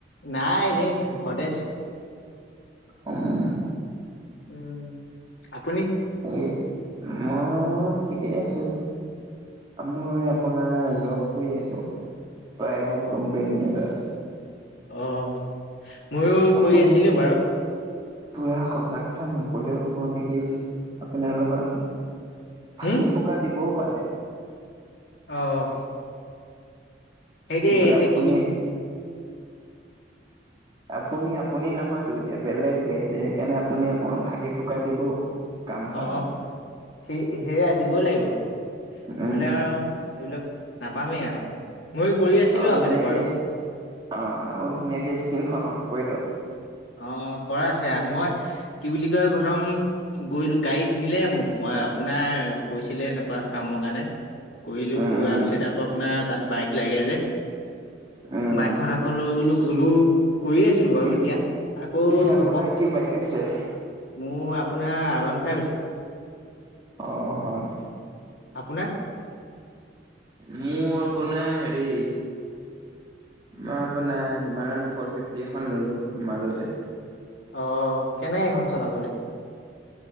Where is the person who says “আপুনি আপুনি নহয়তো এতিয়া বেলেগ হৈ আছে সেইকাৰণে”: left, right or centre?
Right